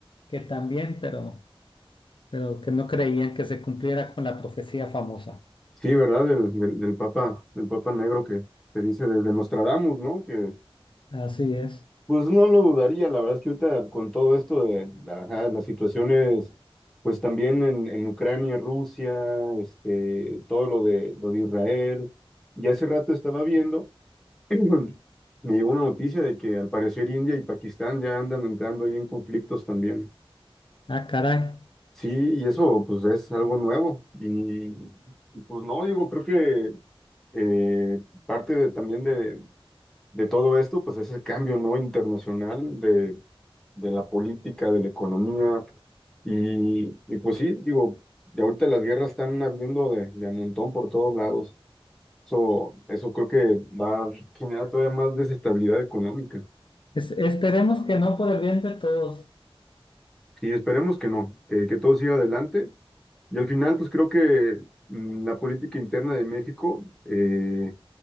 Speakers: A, on the left; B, in the centre.
A: que también, pero, pero que no creían que se cumpliera con la profecía famosa.
B: Sí, ¿verdad? Del, del, del papa, del papa negro que se dice desde Nostradamus, ¿no? Que
A: Así es.
B: Pues no lo dudaría, la verdad es que ahorita con todo esto de ajá, las situaciones, pues también en, en Ucrania, Rusia, este, todo lo de, lo de Israel, y hace rato estaba viendo, <clears throat> me llegó una noticia de que al parecer India y Pakistán ya andan entrando ahí en conflictos también.
A: Ah, caray.
B: Sí, y eso pues es algo nuevo, y, y, pues no, digo, creo que eh, parte de, también de, de todo esto, pues es el cambio, ¿no? Internacional de, de la política, de la economía. Y, y pues sí, digo, de ahorita las guerras están habiendo de, de a montón por todos lados. Eso, eso creo que va a generar todavía más desestabilidad económica.
A: Es- esperemos que no por el bien de todos.
B: Y esperemos que no, que, que todo siga adelante. Y al final, pues creo que mm, la política interna de México, eh,